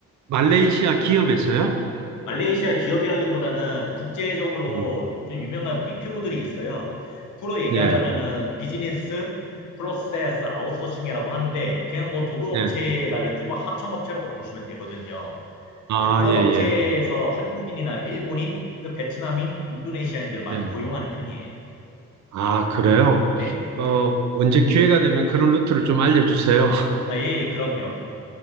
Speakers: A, on the right; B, on the left.
A: 말레이시아 기업에서요?
B: 말레이시아 기업이라기보다는 국제적으로
A: 음,
B: 좀 유명한 BPO들이 있어요. 프로 얘기하자면은
A: 예,
B: 비즈니스 프로세스 아웃소싱이라고 하는데 그냥 뭐 도급업체라든지
A: 예.
B: 뭐 하청업체라고 보시면 되거든요.
A: 아,
B: 예, 그런
A: 예,
B: 업체에서
A: 예.
B: 한국인이나 일본인, 그 베트남인, 인도네시아인들 많이
A: 예.
B: 고용하는 편이에요.
A: 아, 그래요?
B: 네.
A: 어, 언제 기회가 되면 그런 루트를 좀 알려주세요. <laughs>
B: 아, 예, 예, 그럼요.